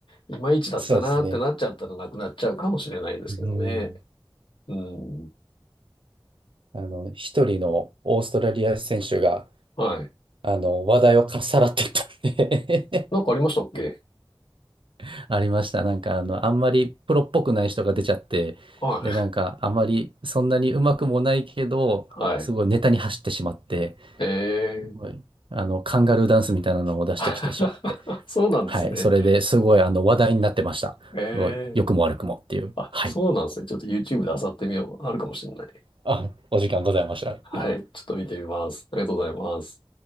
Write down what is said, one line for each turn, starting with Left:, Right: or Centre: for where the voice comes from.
Left: いまいちだったなってなっちゃったらなくなっちゃうかもしれないですけどね。
Right: そうですね。うん。
Left: うん。
Right: あの、一人のオーストラリア選手が、
Left: はい。
Right: あの、話題をかっさらってったんで
Left: なんかありましたっけ
Right: <laughs> ありました。なんか、あの、あんまりプロっぽくない人が出ちゃって、
Left: はい。
Right: で、なんか、あまりそんなにうまくもないけど、
Left: はい。
Right: すごいネタに走ってしまって、
Left: え
Right: すごいあの、
Left: ー。
Right: カンガルーダンスみたいなのを出してきてしまって。
Left: <laughs> そうなんですね。
Right: はい。それですごいあの話題になってました。
Left: えー。
Right: すごい、良くも悪くもっていう。
Left: あ、
Right: はい。
Left: そうなんですね。ちょっと YouTube で漁ってみよう。あるかもしれない。
Right: あ、お時間ございました。
Left: はい。ちょっと見てみます。ありがとうございます。